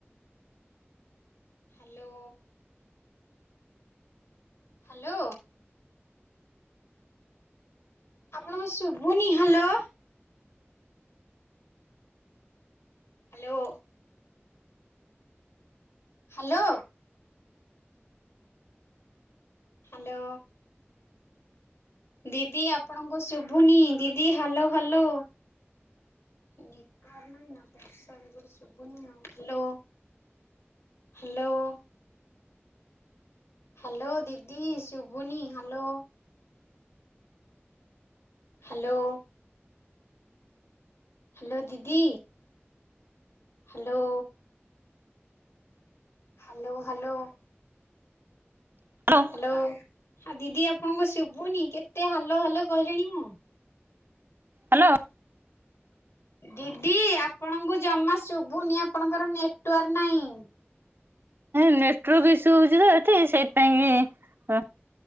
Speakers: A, on the left; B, on the right.
A: hello hello ଆପଣଙ୍କୁ ଶୁଭୁନି ହାଲୋ। ହାଲୋ। ହାଲୋ। ହାଲୋ ଦିଦି ଆପଣଙ୍କୁ ଶୁଭୁନି ଦିଦି hello hello, hello hello hello ଦିଦି ଶୁଭୁନି ହାଲୋ। ହାଲୋ। ହାଲୋ ଦିଦି hello. Hello hello.
B: Hello
A: hello. ହ ଦିଦି ଆପଣଙ୍କ ଶୁଭୁନି କେତେ ହାଲୋ ହାଲୋ କହିଲେଣି ମୁଁ
B: ହ୍ୟାଲୋ,
A: ଦିଦି ଆପଣଙ୍କୁ ଜମା ଶୁଭୁନି ଆପଣଙ୍କର ନେଟୱାର୍କ ନାହିଁ।
B: ନେଟୱର୍କ ଇସୁ ହଉଛି ତ ଏଠି ସେଇଥିପାଇଁ କି